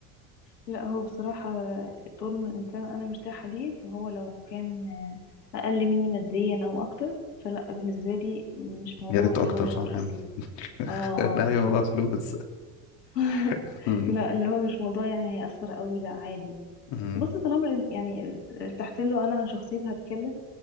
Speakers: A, on the left; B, on the left.
A: لا هو بصراحة طول ما الإنسان أنا مرتاحة ليه فهو لو كان أقل مني ماديا أو أكتر فلا بالنسبة لي مش موضوع
B: يا ريت
A: اللي
B: اكتر
A: هو
B: صح
A: رئيسي
B: <laughs>
A: اه اه
B: يعني ايوه بقى فلوس
A: <laughs>
B: <laughs> مم.
A: لا اللي هو مش موضوع يعني هيأثر قوي لا عادي
B: مم.
A: بص طالما الإن- يعني ارتحت له أنا عن شخصيتي هتكلم